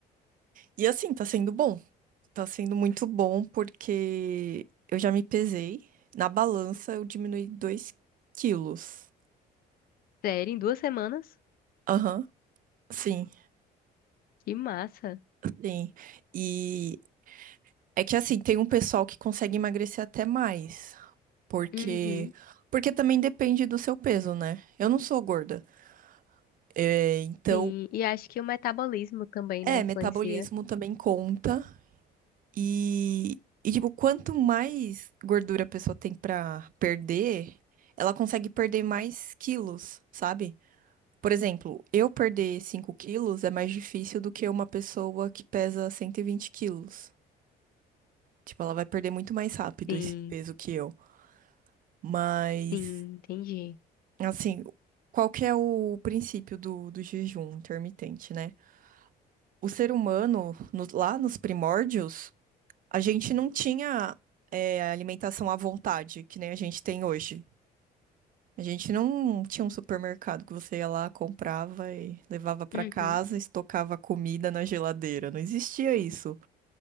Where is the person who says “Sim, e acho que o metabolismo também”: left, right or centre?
Left